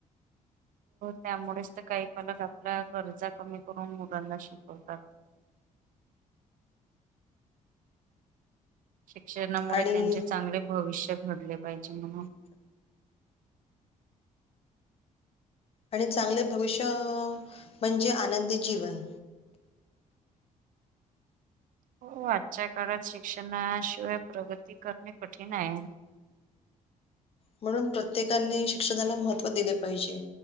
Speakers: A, on the right; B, on the left.
A: त्यामुळेच तर काही पालक आपल्या गरजा कमी करून मुलांना शिकवतात. शिक्षणामुळे
B: आणि
A: त्यांचे चांगले भविष्य घडले पाहिजे म्हणून
B: <inaudible> आणि चांगले भविष्य म्हणजे आनंदी जीवन.
A: हो आजच्या काळात शिक्षणाशिवाय प्रगती करणे कठीण आहे.
B: म्हणून प्रत्येकाने शिक्षणाला महत्त्व दिले पाहिजे.